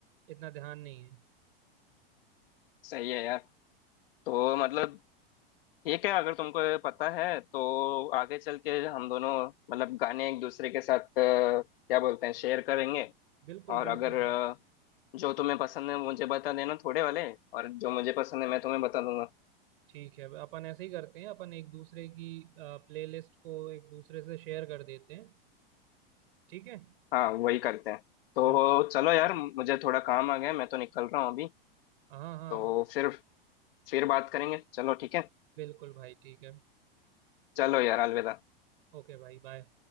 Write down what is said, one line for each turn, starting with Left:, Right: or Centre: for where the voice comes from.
Right: इतना ध्यान नहीं है
Left: सही है यार तो मतलब ठीक है अगर तुमको ये पता है तो आगे चल के हम दोनों मतलब गाने एक दूसरे के साथ अ, क्या बोलते हैं शेयर करेंगे
Right: बिल्कुल
Left: और
Right: बिल्कुल
Left: अगर
Right: भाई
Left: अ, जो तुम्हें पसंद है मुझे बता देना थोड़े वाले और जो मुझे पसंद है मैं तुम्हें बता दूंगा
Right: ठीक है अपन ऐसे ही करते हैं अपन एक दूसरे की प्लेलिस्ट को एक दूसरे से शेयर कर देते हैं ठीक है
Left: हाँ वही करते हैं तो
Right: बिल्कुल
Left: चलो यार मुझे थोड़ा काम आ गया है, मैं तो निकल रहा हूँ अभी
Right: हाँ हाँ
Left: तो फिर फिर बात करेंगे चलो ठीक है
Right: बिल्कुल भाई ठीक है
Left: चलो यार अलविदा
Right: ओके भाई बाय